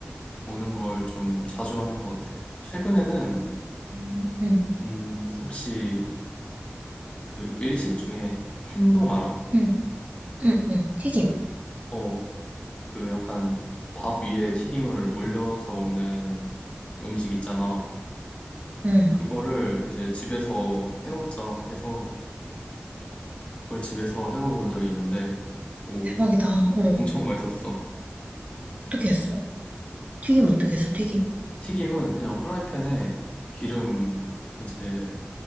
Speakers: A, on the left; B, on the right.
A: 오는 걸 좀 자주 하는 것 같아. 최근에는
B: 응, 응,
A: 음, 혹시 그 일식 중에 텐동 알아?
B: 응, 응, 응. 튀김.
A: 어, 그 약간 밥 위에 튀김을 올려서 먹는 음식 있잖아.
B: 응.
A: 그거를 이제 집에서 해 먹자 해서 그걸 집에서 해 먹어 본 적이 있는데 오,
B: 대박이다. 어.
A: 엄청 맛있었어.
B: 어떻게 했어? 튀김 어떻게 했어? 튀김?
A: 튀김은 그냥 후라이팬에 기름 이제